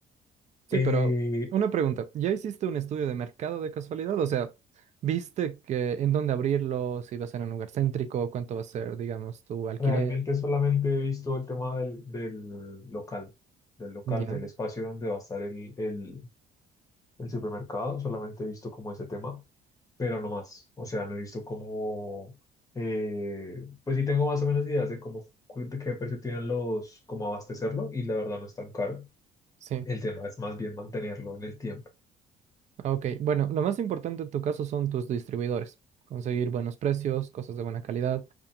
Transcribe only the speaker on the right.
Sí,
pero una pregunta, ¿ya hiciste un estudio de mercado de casualidad? O sea, ¿viste que en dónde abrirlo, si va a ser en un lugar céntrico, cuánto va a ser, digamos, tu alquiler?
Ya,
sí.
Ah, Ok, bueno, lo más importante en tu caso son tus distribuidores. Conseguir buenos precios, cosas de buena calidad,